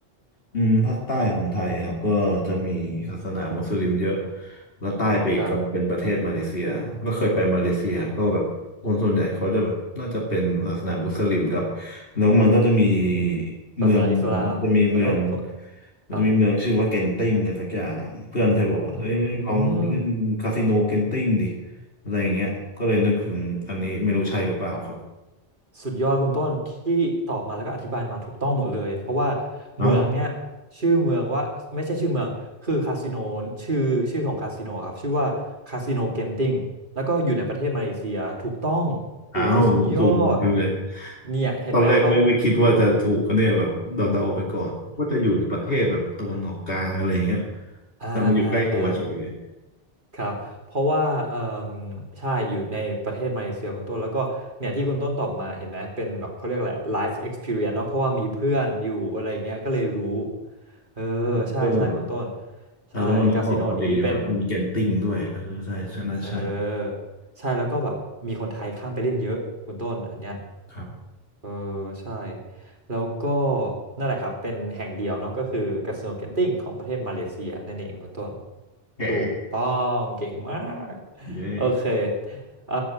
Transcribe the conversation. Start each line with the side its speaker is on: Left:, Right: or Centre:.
Left: อืมภาคใต้ของไทยครับก็จะมีศาสนามุสลิมเยอะแล้วใต้ไปอีกก็เป็นประเทศมาเลเซียก็เคยไปมาเลเซียก็แบบคนส่วนใหญ่เขาจะแบบน่าจะเป็นศาสนามุสลิมครับ
Right: ครับ
Left: แล้วมันก็จะมี
Right: ศาสนาอิสลามแล้วก็
Left: เมืองจะมีเมืองมันจะมีเมืองชื่อว่าเกนติ้งอะไรสักอย่างอะเพื่อนเคยบอกว่าเอ้ยลองเล่นคาสิโนเกนติ้งดิ
Right: ครับอืม
Left: อะไรอย่างเงี้ยก็เลยนึกถึงอันนี้ไม่รู้ใช่หรือเปล่าครับ
Right: สุดยอดคุณต้นที่ตอบมาแล้วก็อธิบายมาถูกต้องหมดเลยเพราะว่า
Left: เอ้า
Right: เมืองเนี่ยชื่อเมืองว่าไม่ใช่ชื่อเมืองคือคาสิโนชื่อชื่อของคาสิโนครับชื่อว่าคาสิโนเกนติงแล้วก็อยู่ในประเทศมาเลเซียถูกต้องโอ้โหสุดยอด
Left: อ้าวถูกคือเลย
Right: เนี่ยเห็นไหมเขา
Left: ตอนแรกไม่ไม่คิดว่าจะถูกอันเนี่ยแบบเดาๆไปก่อนว่าจะอยู่ในประเทศแบบตะวันออกกลางอะไรเงี้ย
Right: <laughs> อ่าอ่าอ่า
Left: แต่มาอยู่ใกล้ตัวเฉยเลย
Right: ครับเพราะว่าเออใช่อยู่ในประเทศมาเลเซียคุณต้นแล้วก็เนี่ยที่คุณต้นตอบมาเห็นไหมเป็นแบบเขาเรียกอะไร life experience เนาะเพราะว่ามีเพื่อนอยู่อะไรอย่างเงี้ยก็เลยรู้ เออใช่ใช่คุณต้น
Left: เออแบบเออแล้วมันนึกออกพอดีแบบมีเกนติ้งด้วยเออใช่ใช่น่าใช่
Right: ใช่คาสิโนนี้เป็นเออใช่แล้วก็แบบมีคนไทยข้ามไปเล่นเยอะคุณต้นอันเนี้ย
Left: ครับ
Right: เออใช่แล้วก็นั่นแหละครับเป็นแห่งเดียวเนาะก็คือคาสิโนเกนติ้งของประเทศมาเลเซียนั่นเองคุณต้น
Left: แขก
Right: ถูกต้องเก่งมาก
Left: อยู่ได้
Right: โอเคเอ่อ